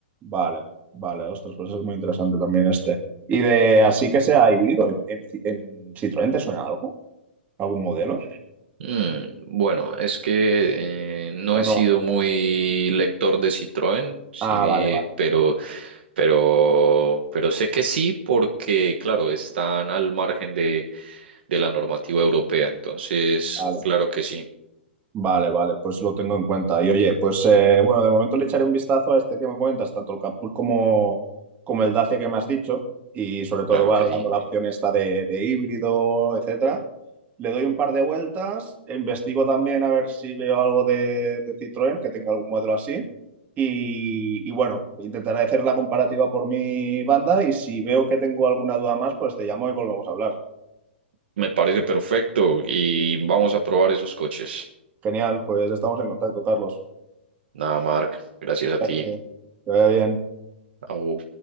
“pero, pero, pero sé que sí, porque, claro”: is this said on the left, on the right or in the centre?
Right